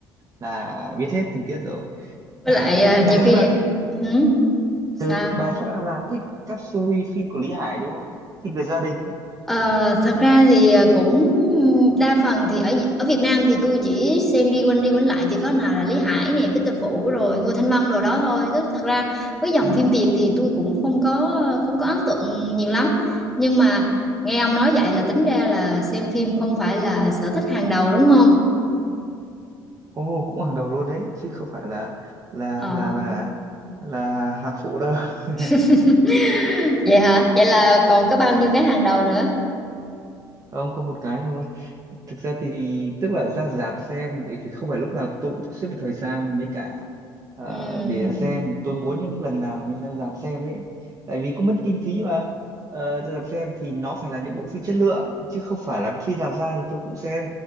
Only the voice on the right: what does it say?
là biết hết tình tiết rồi
<laughs>
bà
chắc là thích
ừ,
bà chắc là là thích các series phim của Lý Hải đúng không phim về gia đình ấy
ừ.
Ồ, cũng hàng đầu luôn đấy chứ không phải là là
là là là hàng phụ đâu <laughs>
Ừ.
không có một cái thôi thực ra thì tức là ra rạp xem thì phải không phải lúc nào tôi cũng sắp xếp được thời gian với cả ờ,
để ra xem tôi muốn những lần nào mình ra rạp xem ấy tại vì cũng mất kinh phí mà Ờ, ra rạp xem thì nó phải là những bộ phim chất lượng chứ không phải là phim nào ra thì tôi cũng xem